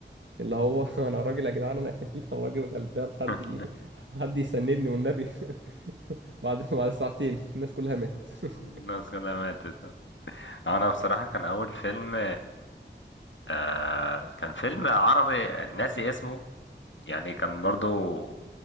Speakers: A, on the right; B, on the left.
A: اللي هو <laughs> انا راجل يا جدعان انا كفيف انا راجل غلبان حد
B: <laughs>
A: ي... حد يسندني والنبي <laughs> بعد بعد ساعتين الناس كلها ماتت
B: الناس
A: <laughs>
B: كلها ماتت انا بصراحة كان اول فيلم آه كان فيلم عربي ناسي اسمه يعني كان برضو